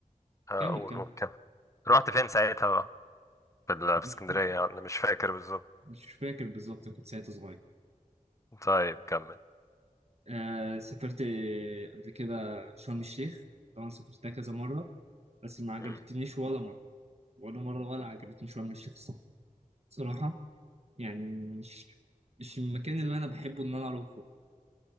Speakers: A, on the left; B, on the right.
A: اقول
B: كمل كمل
A: أقول كده رحت فين ساعتها بقى في ال-
B: <laughs>
A: في
B: مش
A: اسكندريه انا مش فاكر بالظبط
B: مش فاكر بالظبط كنت ساعتها صغير
A: طيب كمل
B: آه سافرت قبل كده شرم الشيخ طبعا سافرتها كذا مرة بس ما عجبتنيش
A: مم.
B: ولا مرة ولا مرة ولا عجبتني شرم الشيخ الصراحة صراحة يعني مش مش المكان اللي أنا بحبه إن أنا أروحه